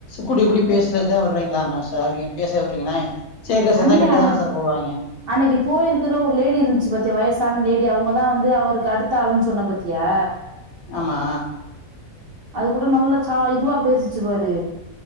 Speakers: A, on the left; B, on the right.
A: கூடி கூடி பேசுறதுதான் விடுறீங்களாம சார் பேச விடுறீங்கன்னா சேர்க்க சேர்ந்தா
B: அண்ணைய
A: கெட்டு
B: அன்னைக்கு
A: தானே சார் போவாங்க
B: அன்னைக்கு போயிருக்கு இருக்கிற ஒரு லேடி இருந்துச்சு பாத்தியா வயசான லேடி அவுங்கதான் வந்து அவருக்கு அடுத்த ஆளுன்னு சொன்ன பாத்தியா
A: ஆமா
B: அது கூட நல்ல சா இதுவா பேசிச்சு பாரு